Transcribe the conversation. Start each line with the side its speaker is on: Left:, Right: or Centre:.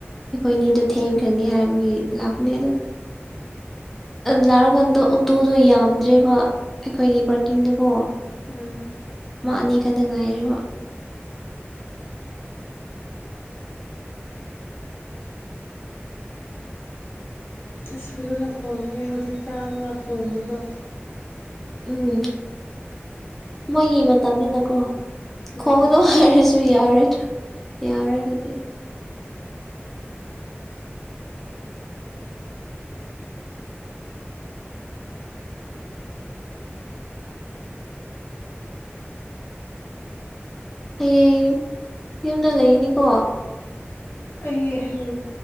Centre: ꯑꯩꯈꯣꯏꯅꯤꯗꯣ ꯊꯦꯡꯈ꯭ꯔꯅꯤ ꯍꯥꯏꯕꯒꯤ ꯂꯥꯛꯄꯅꯦ ꯑꯗ ꯅꯥꯔꯀꯥꯟꯗ
Left: ꯎꯝ
Centre: ꯑꯣꯇꯣꯗꯣ ꯌꯥꯝꯗ꯭ꯔꯦꯕ ꯑꯩꯈꯣꯏꯒꯤ ꯄꯥꯔꯀꯤꯡꯗꯨꯀꯣ
Left: ꯎꯝ
Centre: ꯃꯥꯅꯦ ꯈꯛꯇ ꯉꯥꯏꯔꯤꯕ
Left: ꯑꯁ ꯐꯖꯅ ꯈꯣꯡꯉꯦ ꯍꯧꯖꯤꯛ ꯇꯥꯕ ꯈꯣꯡꯕꯗꯣ
Centre: ꯎꯝ ꯃꯣꯏꯒꯤ ꯃꯇꯝꯅꯤꯅꯀꯣ
Left: ꯎꯝ
Centre: ꯈꯣꯡꯕꯗꯅꯨꯡ ꯍꯥꯏꯔꯁꯨ ꯌꯥꯔꯣꯏꯗ꯭ꯔꯥ ꯌꯥꯔꯣꯏ ꯑꯗꯨꯗꯤ ꯍꯌꯦꯡ ꯌꯨꯝꯗ ꯂꯩꯔꯤꯅꯤꯀꯣ
Left: ꯑꯩ ꯍꯌꯦꯡ